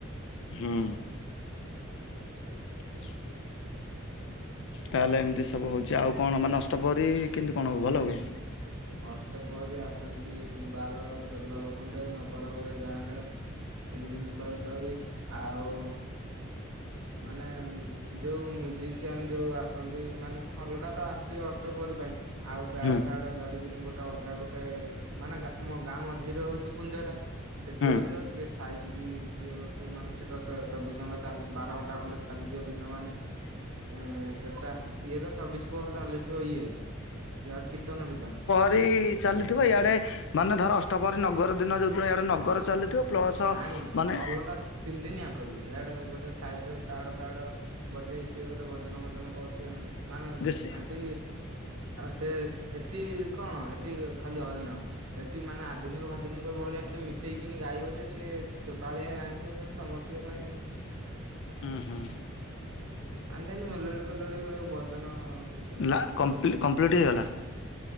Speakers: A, on the left; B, on the right.
A: ହୁଁ <inaudible> ତାହେଲେ ଏମତି ସବୁ ହଉଚି? <inaudible> ଆଉ କଣ ମାନେ ଅଷ୍ଟପ୍ରହରୀ କେମିତି କଣ ହୁଏ, ଭଲ ହୁଏ?
B: ଅଷ୍ଟପହରୀ ଆସନ୍ତି ବାର ତେର ଦଳ ଖଣ୍ଡେ ନଗର ହୁଏ ଗାଁ ରେ ତିନି ଦିନି ଙ୍କ ଧରି ଆଉ ମାନେ ଯୋଉଁ ମିଉଜିକ୍‌ସିଆନ୍‌ ଯୋଉ ଆସନ୍ତି ମାନେ ଅଲଗା ତ ଆସଥିବେ ଅଷ୍ଟପ୍ରହରୀ ପାଇଁ ଆଉ ପ୍ୟାଡ
A: ହୁଁ
B: ଫ୍ୟାଡ ଧରିକି ଗୋଟେ ଅଲଗା ଗୋଟେ ଏ ମାନେ ଗାଁ ମ ଗାଁ ମଝିରେ ହଉଛି କୁଞ୍ଜ ଟା ସେଠି
A: ହୁଁ
B: ହଉଥିବ ଟିକେ ସେ ସାଇଟିକି ସିଏ ଗୋଟେ ମାନେ ସେଟା ତ ଚବିଶି ଘଣ୍ଟା ଚାଲ୍‌ ବାର ଘଣ୍ଟା ଖଣ୍ଡେ ଚାଲିଥିବ ଦିନ ମାନ ଏ ହୁଁ ସେଟା ଇଏ ତ ଚବିଶ ପହର ଚାଲିଥିବ ଇଏ, ସିଆଡେ କୀତ୍ତନ ଫୀତନ
A: ବି ଚାଲିଥିବ। ଇଆଡ଼େ ମାନେ ଧର ଅଷ୍ଟପହରୀ ନଗର ଦିନ ଯୋଉଁ ଦିନ ଗୋଟେ ନଗର ଚାଲିଥିବ ପ୍ଲସ
B: ନାଇଁ
A: ମାନେ
B: ଅଲଗା ତିନି ଦିନି ୟାଙ୍କ ବି ଇଆଡ଼େ ଗୋଟେ ସାଇଟ୍ ରେ ପ୍ୟାଡ୍‌ <inaudible> ବଜେଇ ସିଏ ଗୋଟେ ଭଜନ ଫଜନ କରୁଥିବେ। ଆମେ ନାଇଁ ନାଇଁ
A: ଦେଶୀ
B: ହେଟି ସେ ଏଠି କଣ ଏଠି ଖାଲି ହରିନାମ, ସେଠି ମାନେ ଆଧୁନିକ ଫାଦୁନିକ ଭଳିଆ ଟିକେ ମିଶେଇକିନି ଗାଇବ ଯେ <inaudible> ସେ ଟୋକାଳିଆ ଜାଣିଥିବ ସମତିକ ପାଇଁ
A: ହୁଁ ହୁଁ।
B: ପାଞ୍ଚ ଦିନି ମେଲୋଡି ଫେଲୋଡି ହୁଏ ଭଜନ କୀର୍ତ୍ତନ
A: ନାଁ କମ୍ପ୍ଲିଟ୍ କମ୍ପ୍ଲିଟ୍ ହେଇଗଲା।